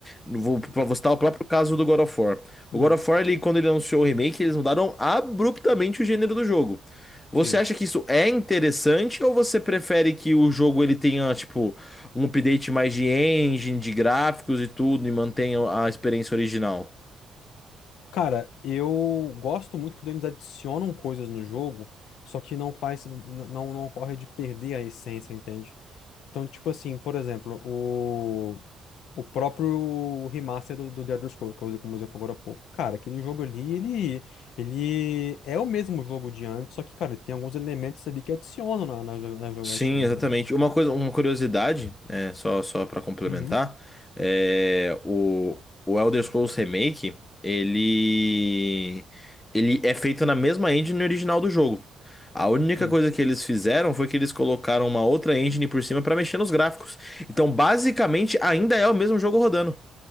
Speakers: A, on the left (about 20°); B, on the left (about 80°).
A: vou, vou citar o próprio caso do God of War.
B: hum,
A: O God of War, ele, quando ele anunciou o remake, eles mudaram abruptamente o gênero do jogo. Você
B: sim.
A: acha que isso é interessante ou você prefere que o jogo ele tenha, tipo, um update mais de engine, de gráficos e tudo, e mantenha a experiência original?
B: Cara, eu gosto muito quando eles adicionam coisas no jogo, só que não faz, n- não, não corre de perder a essência, entende? Então, tipo assim, por exemplo, o, o próprio remaster do, do The Elder Scrolls, que eu usei como exemplo agora há pouco. Cara, aquele jogo ali, ele, ele é o mesmo jogo de antes, só que, cara, tem alguns elementos ali que adicionam na, na, na jogatina.
A: Sim, exatamente. Uma coisa, uma curiosidade, é, só só para complementar,
B: Uhum.
A: é, o, o Elder Scrolls Remake, ele ele é feito na mesma engine original do jogo. A única
B: Hum.
A: coisa que eles fizeram foi que eles colocaram uma outra engine por cima para mexer nos gráficos. Então, basicamente, ainda é o mesmo jogo rodando.